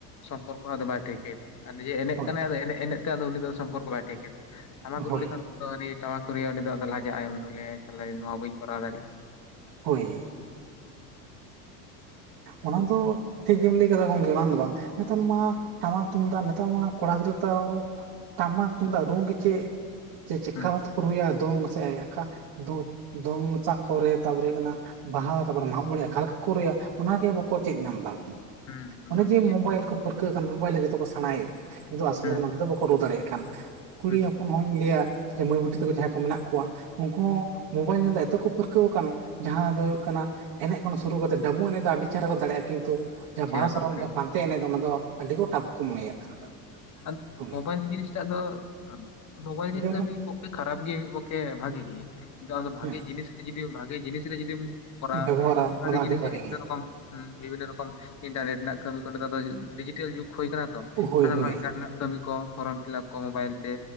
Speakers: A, on the left (about 35°); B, on the right (about 50°).
A: ᱥᱚᱢᱯᱚᱨᱠᱚ ᱟᱫᱚ ᱵᱟᱭ ᱴᱷᱟᱹᱣᱠᱟᱹᱭᱟ ᱫᱟ ᱾ ᱟᱨ ᱱᱤᱡᱮ ᱮᱱᱮᱡ
B: ᱦᱳᱭ
A: ᱠᱟᱱᱟᱭ ᱮᱱᱮᱡ ᱮᱱᱮᱡ ᱛᱮ ᱟᱫᱚ ᱩᱱᱤ ᱫᱚ ᱥᱚᱢᱯᱚᱨᱠᱚ ᱵᱟᱭ ᱴᱷᱟᱹᱭᱠᱟᱹ ᱫᱟ ᱴᱟᱢᱟᱠ ᱨᱩ
B: ᱦᱳᱭ
A: ᱞᱮᱠᱷᱟᱱ ᱫᱚ ᱩᱱᱤ ᱴᱟᱢᱟᱠ ᱮ ᱨᱩᱭᱟ ᱩᱱᱤ ᱫᱚ ᱟᱫᱚ ᱞᱟᱡᱟᱜ ᱟᱭ ᱩᱱᱫᱚ ᱞᱟᱹᱭᱟᱭ ᱥᱟᱞᱟ ᱱᱚᱣᱟ ᱵᱟᱹᱧ ᱠᱚᱨᱟᱣ ᱫᱟᱲᱮᱭᱟᱜᱼᱟ᱾
B: ᱦᱩᱭ ᱚᱱᱟ ᱫᱚ ᱴᱷᱤᱠ ᱜᱮᱢ ᱞᱟᱹᱭ ᱠᱟᱫᱟ ᱜᱚᱢᱠᱮ ᱵᱟᱝ ᱫᱚ ᱵᱟᱝ ᱱᱮᱛᱟᱨ ᱢᱟ ᱴᱟᱢᱟᱠ ᱛᱩᱢᱫᱟᱜ ᱱᱮᱛᱟᱨ ᱢᱟ ᱠᱚᱲᱟ ᱜᱤᱫᱽᱨᱟᱹ ᱛᱟᱣ ᱴᱟᱢᱟᱠ ᱛᱩᱢᱫᱟᱜ ᱨᱩ ᱜᱮ ᱪᱮᱜ ᱪᱮᱸ ᱪᱮᱫᱠᱟ
A: ᱦᱩᱸ
B: ᱠᱟᱛᱮᱠᱚ ᱨᱩᱭᱟ ᱫᱚᱝ ᱥᱮ ᱟᱠᱟ ᱫᱚ ᱫᱚᱝ ᱪᱟᱜ ᱠᱚᱨᱮ ᱛᱟᱯᱚᱨᱮ ᱦᱳᱭᱳᱜ ᱠᱟᱱᱟ ᱵᱟᱦᱟ ᱛᱟᱯᱚᱨᱮ ᱢᱟᱜᱢᱚᱬᱮ ᱟᱠᱟ ᱞᱮᱠᱟ ᱠᱚ ᱨᱩᱭᱟ᱾ ᱚᱱᱟᱜᱮ ᱵᱟᱠᱚ ᱪᱮᱫ ᱧᱟᱢ ᱫᱟ ᱩᱱᱠᱩ
A: ᱦᱩᱸ ᱦᱩᱸ
B: ᱚᱱᱮ ᱡᱮ ᱢᱳᱵᱟᱭᱤᱞ
A: ᱪᱮᱫ
B: ᱠᱚ ᱯᱟᱹᱨᱠᱟᱹᱣ ᱠᱟᱱ ᱢᱳᱵᱟᱭᱤᱞ ᱨᱮ ᱡᱷᱚᱛᱚ ᱠᱚ ᱥᱮᱸᱬᱟᱭᱮᱜ᱾ ᱠᱤᱱᱛᱩ ᱟᱥᱚᱞᱮ
A: ᱦᱩᱸ
B: ᱫᱚ ᱱᱚᱸᱰᱮ ᱫᱚ ᱵᱟᱠᱚ ᱨᱩ ᱫᱟᱲᱮᱭᱟᱜ ᱠᱟᱱ ᱠᱩᱲᱤ
A: ᱦᱩᱸ
B: ᱦᱚᱯ ᱯᱚᱱᱟᱜ ᱦᱩᱧ ᱞᱟᱹᱭᱟ ᱡᱮ ᱢᱟᱹᱭ ᱵᱩᱴᱤ ᱛᱟᱠᱚ ᱡᱟᱦᱟᱸᱭ ᱠᱚ ᱢᱮᱱᱟᱜ ᱠᱚᱣᱟ ᱳᱝᱠᱳ ᱦᱚᱸ ᱢᱳᱵᱟᱭᱤᱞ ᱧᱮᱞ ᱛᱮ ᱮᱛᱚ ᱠᱚ ᱯᱟᱹᱨᱠᱟᱹᱣ ᱠᱟᱱ ᱡᱟᱦᱟᱸ ᱫᱚ ᱭᱩᱜ ᱠᱟᱱᱟ ᱮᱱᱮᱡ ᱠᱷᱚᱱ ᱥᱩᱨᱩ ᱠᱟᱛᱮᱜ ᱰᱟᱹᱵᱩᱝ ᱮᱱᱮᱡ ᱫᱚ ᱟᱹᱰᱤ ᱪᱮᱦᱨᱟ ᱠᱚ ᱫᱟᱲᱮᱭᱟᱜ ᱠᱤᱱᱛᱩ ᱡᱟᱦᱟᱸ
A: ᱪᱮᱫ
B: ᱵᱟᱦᱟ
A: ᱟᱠᱚ
B: ᱥᱚᱨᱚᱱ
A: ᱫᱟᱲᱮᱭᱟᱜᱼᱟ
B: ᱡᱟᱦᱟᱸ ᱯᱟᱱᱛᱮ ᱮᱱᱮᱡ ᱫᱚ ᱚᱱᱟ ᱫᱚ ᱟᱹᱰᱤ ᱠᱚ ᱴᱟᱯ ᱠᱚ ᱢᱚᱱᱮᱭᱟᱜ ᱠᱟᱱᱟ᱾
A: ᱟᱫ
B: ᱦᱳᱭ
A: ᱵᱚᱵᱟᱭᱤᱞ ᱡᱤᱱᱤᱥ ᱴᱟᱜ ᱫᱚ ᱢᱚᱵᱟᱭᱤᱞ ᱡᱤᱱᱤᱥ
B: ᱡᱮᱢᱚᱱ
A: ᱫᱚ ᱢᱤᱫ ᱯᱚᱠᱠᱷᱮ ᱠᱷᱟᱨᱟᱯ ᱜᱮ ᱢᱤᱜ ᱯᱚᱠᱠᱷᱮ ᱵᱷᱟᱜᱤ ᱜᱤᱭᱟ᱾ ᱫᱚ ᱟᱢᱫᱚ ᱵᱷᱟᱜᱤ
B: ᱦᱮᱸ
A: ᱡᱤᱱᱤᱥ ᱜᱤ ᱡᱩᱫᱤ ᱵᱷᱟᱜᱤ ᱡᱤᱱᱤᱥ ᱨᱮ ᱡᱩᱫᱤᱢ ᱠᱚᱨᱟᱣᱟ
B: ᱵᱮᱵᱚᱦᱟᱨᱟ
A: ᱵᱷᱟᱜᱤ
B: ᱚᱱᱟ ᱫᱚ
A: ᱡᱤᱱᱤᱥ
B: ᱟᱹᱰᱤ
A: ᱵᱤᱵᱷᱤᱱᱱᱚ
B: ᱜᱮ
A: ᱨᱚᱠᱚᱢ ᱦᱩᱸ ᱵᱤᱵᱷᱤᱱᱱᱚ ᱨᱚᱠᱚᱢ ᱤᱱᱴᱟᱨᱱᱮᱴ ᱨᱮᱱᱟᱜ ᱠᱟᱹᱢᱤ ᱠᱚ ᱱᱮᱛᱟᱨ ᱫᱚ ᱰᱤᱡᱤᱴᱮᱞ ᱡᱩᱜᱽ ᱦᱩᱭ ᱠᱟᱱᱟ ᱛᱚ
B: ᱦᱳᱭ
A: ᱦᱟᱱᱟ
B: ᱦᱳᱭ
A: ᱱᱚᱣᱟ ᱤᱱᱴᱟᱨᱱᱟ ᱠᱟᱹᱢᱤ ᱠᱚ ᱯᱷᱚᱨᱚᱢ ᱯᱷᱤᱞᱟᱯ ᱠᱚ ᱢᱚᱵᱟᱭᱤᱞ ᱛᱮ